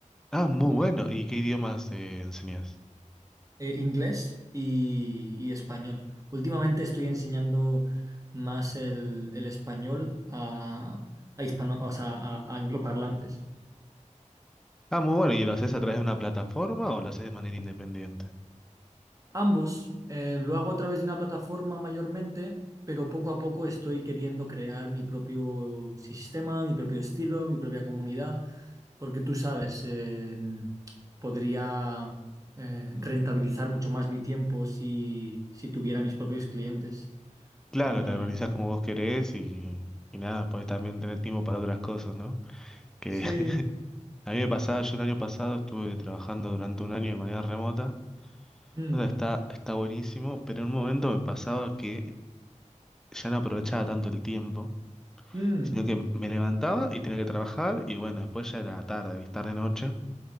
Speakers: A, in the centre; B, on the right.
A: Ah, muy
B: ah,
A: bueno. ¿Y qué idiomas eh, enseñás?
B: eh, inglés y, y español. Últimamente estoy enseñando más el, el español a, a hispano, o sea, a a angloparlantes.
A: Ah, muy bueno. ¿Y lo haces a través de una plataforma o lo haces de manera independiente?
B: Ambos, eh, lo hago a través de una plataforma mayormente, pero poco a poco estoy queriendo crear mi propio sistema, mi propio estilo, mi propia comunidad, porque tú sabes, eh, podría eh, rentabilizar mucho más mi tiempo si, si tuviera mis propios clientes.
A: Claro,
B: Um,
A: te organizás como vos querés y, y nada, podés también tener tiempo para otras cosas, ¿no? Que
B: sí.
A: <laughs> a mí me pasaba, yo el año pasado estuve trabajando durante un año de manera remota.
B: Mm,
A: O sea, está, está buenísimo, pero en un momento me pasaba que ya no aprovechaba tanto el tiempo,
B: mm,
A: sino que me levantaba y tenía que trabajar y bueno, después ya era tarde, ¿viste? Tarde noche.